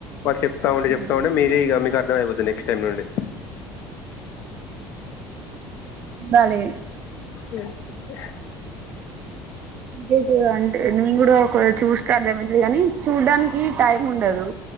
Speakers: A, on the left; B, on the right.
A: వాళ్ళు చెప్తా ఉండి
B: ఆహా
A: చెప్తా ఉంటే మీరే ఇక మీకు అర్థమైపోతుంది నెక్స్ట్ టైమ్ నుండి
B: బలే
A: అ
B: నెగటివ్ అంటే నేను కూడా ఒక చూస్తామంటిని కానీ చూడ్డానికి టైం ఉండదు